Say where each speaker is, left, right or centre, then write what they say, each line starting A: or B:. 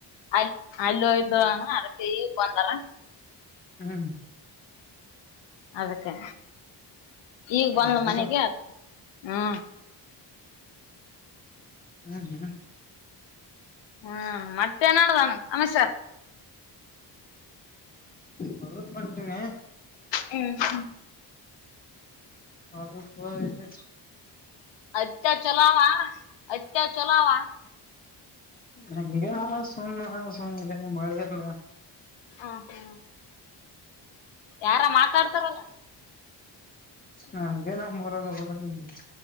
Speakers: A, on the left (about 85°); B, on the left (about 20°).
A: ಅಲ್ಲಿ ಹೋಗಿದ್ರು ಅಣ್ಣ ಅದಕ್ಕೆ ಈ ಬಂದಾರ
B: ಹ್ಮ್
A: ಅದಕ್ಕೆ ಈಗ ಬಂದರಾ
B: ಹೌದಾ
A: ಮನೆಗೆ ಅದ ಹ್ಮ
B: ಹ್ಮ್ ಹ್ಮ್
A: ಹ್ಮ್ ಮತ್ ನೆಡೆದದನ್ನ ಸಮಾಚಾರ
B: ಹೊಲಕ್ ಬಂದೀನಿ
A: ಹ್ಮ ಹ್ಮ್
B: ಹೊಲಕೆ ಹೋಗಿನಿ
A: ಅತ್ಯಾ ಚಲೋ ಅವ ಅತ್ಯ ಚಲೋ ಅವ
B: ನಂಗೆ ಸುಮ್ಮ ಸುಮ್ಮ ಇದೀನಿ ಮಳೆ ಇಲ್ಲ
A: ಹ್ಮ್ ಹ್ಮ್ ಯಾರ ಮಾತಾಡ್ತಾರಲ್ಲ
B: ನಂಗೆ ನಮ್ಮಊರಲ್ಲಿ ಒಬ್ಬ